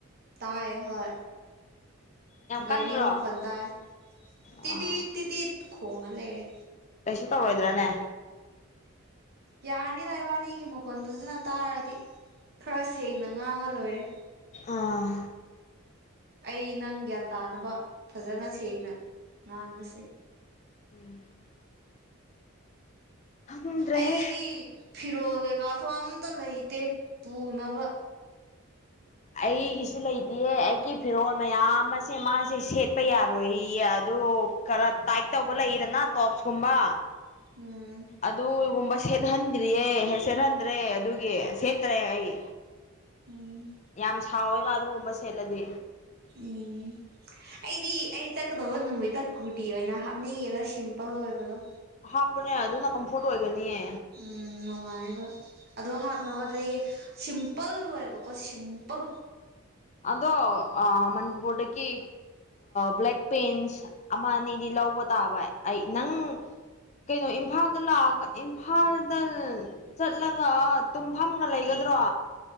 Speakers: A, on the right; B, on the left.
A: ꯇꯥꯏꯌꯦ ꯍꯣꯏ
B: ꯌꯥꯝ
A: ꯒꯥꯔꯤ
B: ꯀꯟꯕ꯭ꯔꯣ
A: ꯃꯈꯣꯟ ꯇꯥꯏ ꯇꯤꯠ
B: ꯑꯥ
A: ꯇꯤꯠ ꯇꯤꯠ ꯇꯤꯠ ꯈꯣꯡꯉ ꯂꯩꯔꯦ
B: ꯀꯩꯁꯨ ꯇꯧꯔꫭꯏꯗ꯭ꯔꯥꯅꯦ
A: ꯌꯥꯔꯅꯤꯗ ꯏꯕꯥꯅꯤꯒꯤ ꯃꯈꯣꯟ ꯐꯖꯅ ꯇꯥꯔꯗꯤ ꯈꯔ ꯁꯦꯡꯅ ꯉꯥꯡꯉ ꯂꯣꯏꯔꯦ
B: ꯑꯥ
A: ꯑꯩ ꯅꯪ ꯒ꯭ꯌꯥꯟ ꯇꯥꯅꯕ ꯐꯖꯅ ꯁꯦꯡꯅ ꯉꯥꯡꯉꯁꯤ
B: <unintelligible> ꯈꯪꯗ꯭ꯔꯦꯍꯦ
A: ꯑꯩꯒꯤꯗꯤ ꯐꯤꯔꯣꯜ ꯀꯩꯀꯥꯁꯨ ꯑꯝꯇ ꯂꯩꯇꯦ ꯄꯨꯅꯕ
B: ꯑꯩꯒꯤꯁꯨ ꯂꯩꯇꯦ ꯑꯩꯒꯤ ꯐꯤꯔꯣꯜ ꯃꯌꯥꯝ ꯑꯁꯦ ꯃꯥꯁꯦ ꯁꯦꯠꯄ ꯌꯥꯔꯣꯏꯌꯦ ꯑꯗꯨ ꯈꯔ ꯇꯥꯏꯠ ꯇꯧꯕ ꯂꯩꯌꯦꯗꯅ ꯇꯣꯞꯁꯀꯨꯝꯕ
A: ꯎꯝ
B: ꯑꯗꯨꯒꯨꯝꯕ ꯁ‌ꯦꯠ ꯍꯟꯗ꯭ꯔꯤꯌꯦ ꯍꯦ ꯁꯦꯠꯍꯟꯗ꯭ꯔꯦ ꯑꯗꯨꯒꯤ ꯁꯦꯠꯇ꯭ꯔꯦ ꯑꯩ
A: ꯎꯝ
B: ꯌꯥꯝ ꯁꯥꯎꯋꯦꯕ ꯑꯗꯨꯒꯨꯝꯕ ꯁꯦꯠꯂꯗꯤ
A: ꯎꯝ ꯑꯩꯗꯤ ꯑꯩ ꯆꯠꯀꯗꯧꯕ ꯅꯨꯃꯤꯠꯇ ꯀꯨꯔꯇꯤ ꯑꯣꯏꯅ ꯍꯥꯞꯅꯤꯡꯉꯤꯕ ꯁꯤꯝꯄꯜ ꯑꯣꯏꯕꯗꯣ
B: ꯍꯥꯞꯄꯨꯅꯦ ꯑꯗꯨꯅ ꯀꯝꯐꯣꯔꯠ ꯑꯣꯏꯒꯅꯤꯌꯦ
A: ꯎꯝ ꯅꯨꯡꯉꯥꯏꯌꯦꯕ ꯑꯗꯨ ꯍꯥꯞꯅꯕ ꯂ‌ꯩꯒ‌ꯦ ꯁꯤꯝꯄꯜ ꯑꯣꯏꯕꯀꯣ ꯁꯤꯝꯄꯜ
B: ꯑꯗꯣ ꯑꯥ ꯃꯅꯤꯄꯨꯔꯗꯀꯤ ꯕ꯭ꯂꯦꯛ ꯄꯦꯟꯁ ꯑꯃ ꯑꯅꯤꯗꯤ ꯂꯧꯕ ꯇꯥꯕ ꯑꯩ ꯅꯪ ꯀꯩꯅꯣ ꯏꯝꯐꯥꯜꯗ ꯂꯥꯛꯑꯒ ꯏꯝꯐꯥꯜꯗꯟ ꯆꯠꯂꯒ ꯇꯨꯝꯐꯝꯒ ꯂꯩꯒꯗ꯭ꯔꯣ